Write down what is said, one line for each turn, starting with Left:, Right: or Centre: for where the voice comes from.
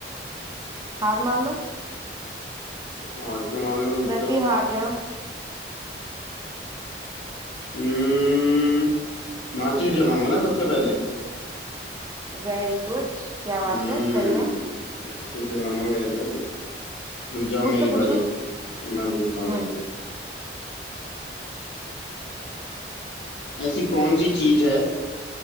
Right: हार मान लो
Left: हार के मान लो रुक
Right: वैसे
Left: जाओ
Right: ही हार रहे हो
Left: हम्म माचिस जलाऊंगा ना सबसे पहले
Right: Very good क्या बात
Left: हम्म
Right: है सही है
Left: माचिस जलाऊंगा बेटा रुक जाओ
Right: मुझसे
Left: मेरी
Right: पूछो
Left: बारी अब मैं पूछता हूँ
Right: हम्म
Left: तुमसे ऐसी कौन सी चीज है